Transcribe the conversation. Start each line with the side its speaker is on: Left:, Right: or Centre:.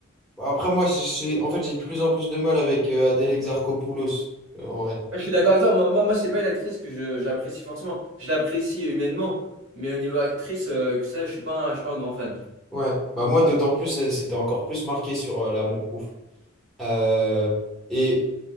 Centre: après, moi, c'est, c'est- en fait, j'ai de plus en plus de mal avec euh, Adèle Exarchopoulos, euh, en vrai.
Right: Moi, je suis d'accord avec toi. Moi, moi, moi, c'est pas une actrice que je- j'apprécie forcément. Je l'apprécie humainement. Mais au niveau actrice, euh, que ça, je suis pas un, je suis pas un grand fan.
Centre: Ouais, bah moi, d'autant plus, euh, c'était encore plus marqué sur euh, l'amour. Ouf. Euh, et,